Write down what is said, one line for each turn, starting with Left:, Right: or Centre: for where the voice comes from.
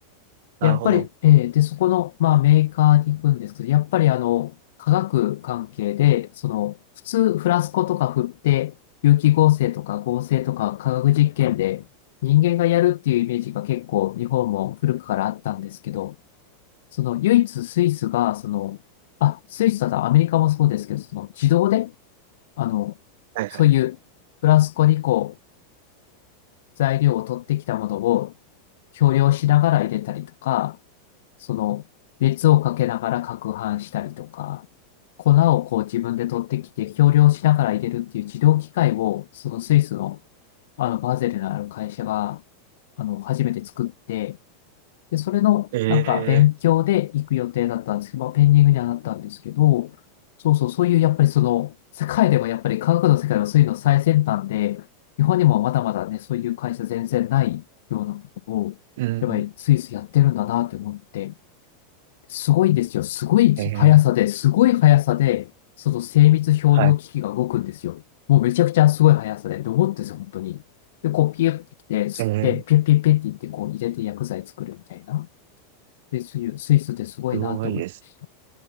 Right: なるほど。
Left: で、やっぱり、えーで、そこの、まあ、メーカーに行くんですけど、やっぱり、あの、化学関係で、その、普通、フラスコとか振って、有機合成とか合成とか化学実験で人間がやるっていうイメージが結構日本も古くからあったんですけど、その唯一スイスが、その、あ、スイスだ、アメリカもそうですけど、その自動で、あの、
Right: はいはい。
Left: そういうフラスコにこう、材料を取ってきたものを少量しながら入れたりとか、その、熱をかけながら攪拌したりとか、粉をこう自分で取ってきて、計量しながら入れるっていう自動機械を、そのスイスの、あの、バーゼルのある会社が、あの、初めて作って、で、それの、
Right: ええ、
Left: なんか、勉強で行く予定だったんですけど、まあ、ペンディングにはなったんですけど、そうそう、そういう、やっぱりその、世界でもやっぱり科学の世界のそういうの最先端で、日本にもまだまだね、そういう会社全然ないようなことを、
Right: うん。
Left: やっぱりスイスやってるんだなって思って、すごいですよ。すごい速さで、
Right: ええ、
Left: すごい速さで、その精密表量機器が動くんですよ。
Right: はい。
Left: もうめちゃくちゃすごい速さで、ロボットですよ、本当に。で、こうピュッてきて、吸って、
Right: ええ、
Left: ピュッピュッピュッって言って、こう入れて薬剤作るみたいな。で、そういうスイスってすごいなって思います。
Right: すごいです。